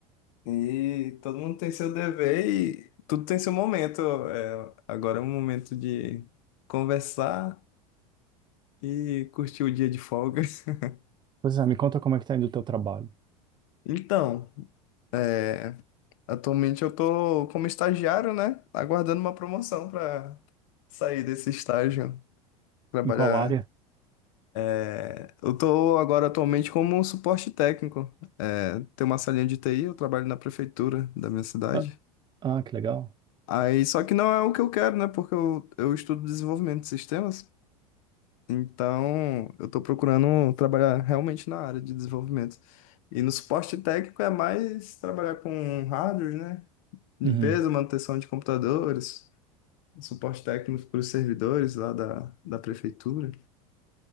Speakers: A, on the left (about 60°); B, on the right (about 25°).
A: e todo mundo tem seu dever e tudo tem seu momento. É, agora é o momento de conversar e curtir o dia de folga. <laughs>
B: Pois é, me conta como é que tá indo o teu trabalho.
A: Então, é, atualmente eu tô como estagiário, né? Aguardando uma promoção para sair desse estágio, trabalhar
B: Em qual área?
A: É, Eu tô agora atualmente como suporte técnico. É, tem uma salinha de TI, eu trabalho na prefeitura da minha cidade.
B: Ah, ah, que legal.
A: Aí, só que não é o que eu quero, né? Porque eu, eu estudo desenvolvimento de sistemas. Então, eu tô procurando trabalhar realmente na área de desenvolvimento. E no suporte técnico é mais trabalhar com hardware, né? Limpeza,
B: Uhum.
A: manutenção de computadores, suporte técnico para os servidores lá da, da prefeitura.